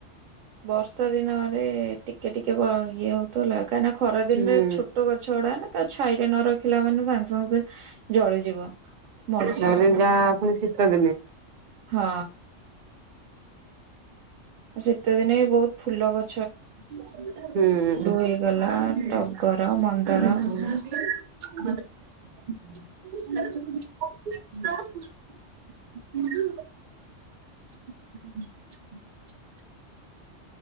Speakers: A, on the right; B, on the right.
A: ବର୍ଷା ଦିନରେ ଟିକେ ଟିକେ ବ ଇଏ ହଉଥିବ ଲା କାହିଁନା ଖରା ଦିନେ
B: ହୁଁ
A: ଛୋଟ ଗଛ ଗୁଡାନା ତ ଛାଇରେ ନ ରଖିଲା ମାନେ ସାଙ୍ଗ ସାଙ୍ଗ ସେ ଜଳିଯିବ। ମରିଯିବ
B: ତାପରେ ଯାହା ପୁଣି ଶୀତ ଦି
A: ହଁ। ଶୀତ ଦିନେ ବହୁତ ଫୁଲ ଗ
B: ହୁଁ।
A: ହେଇଗଲା ଟଗର ମନ୍ଦାର
B: <unintelligible> <unintelligible>